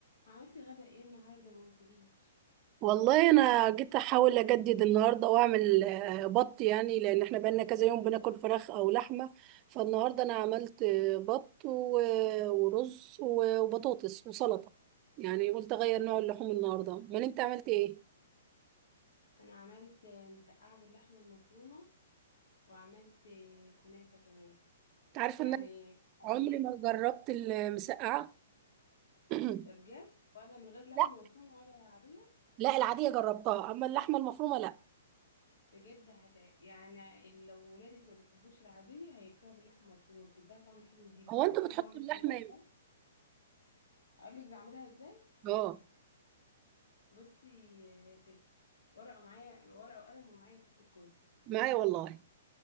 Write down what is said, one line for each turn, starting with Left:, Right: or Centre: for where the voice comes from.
Left: عملت غدا ايه النهارده ما قلتليش
Right: والله انا جيت احاول اجدد النهارده واعمل آه، بط يعني لان احنا بقالنا كذا يوم بناكل فراخ او لحمه فالنهارده انا عملت آه، بط و- ورز و- وبطاطس وسلطه يعني قلت اغير نوع اللحوم النهارده امال انت عملت ايه
Left: انا عملت مسقعه باللحمه المفرومه وعملت كنافه كمان
Right: انت عارفه
Left: يعني
Right: ان انا
Left: حلويات
Right: عمري ما جربت المسقعه <clears throat>
Left: ده بجد ولا من غير لحمه
Right: لا
Left: مفرومه ولا عاديه
Right: لا العاديه جربتها اما اللحمه المفرومه لا
Left: بجد هت... يعني لو ولادك ما بيحبوش العاديه هياكلوها باللحمه المفرومه بتديها طعم حلو جدا
Right: هو انتوا
Left: تحب
Right: بتحطوا
Left: اقولك
Right: اللحمه
Left: بعملها ازاي
Right: امتى؟
Left: اقولك بعملها ازاي
Right: اه
Left: بصي يا ستي ورقه معايا ورقه وقلم ومعايا ست الكل
Right: معايا والله